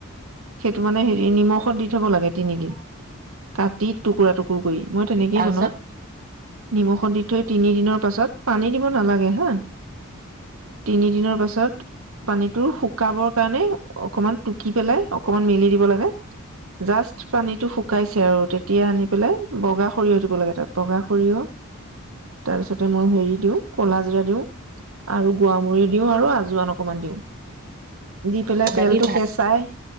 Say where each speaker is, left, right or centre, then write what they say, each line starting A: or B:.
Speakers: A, on the right (about 70°); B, on the right (about 45°).
A: সেইটো মানে হেৰি নিমখত দি থব লাগে তিনিদিন কাটি টুকুৰা টুকুৰ কৰি মই তেনেকেই
B: তাৰপিছত
A: বনাও নিমখত দি থৈ তিনি দিনৰ পাছত পানী দিব নালাগে হা তিনি দিনৰ পাছত পানীটো শুকাবৰ কাৰণে অকমান টুকি পেলাই অকমান মেলি দিব লাগে জাষ্ট পানীটো শুকাইছে আৰু তেতিয়া আনি পেলাই বগা সৰিয়হ দিব লাগে তাত বগা সৰিয়হ তাৰ পিছতে মই হেৰি দিওঁ কলা জিৰা দিওঁ আৰু জীৰামূৰি দিও আৰু আজৱাইন অক অকমান দিওঁ দি পেলাই
B: বাকী
A: তেলটো
B: ভাত
A: কেঁচাই